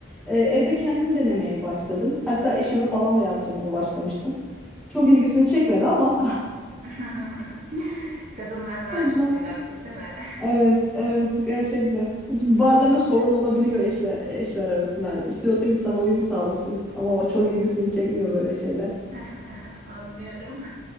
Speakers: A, in the centre; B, on the right.
A: e, evde kendim denemeye başladım. Hatta eşime falan da yaptırmaya başlamıştım. Çok ilgisini çekmedi ama
B: <laughs> Kadınlar
A: <laughs>
B: daha
A: ben
B: çok meraklı değil mi?
A: evet evet gerçekten. Bazen de sorun olabiliyor eşler eşler arasında. İstiyorsun ki sana uyum sağlasın ama o çok ilgisini çekmiyor böyle şeyler.
B: <laughs> Anlıyorum.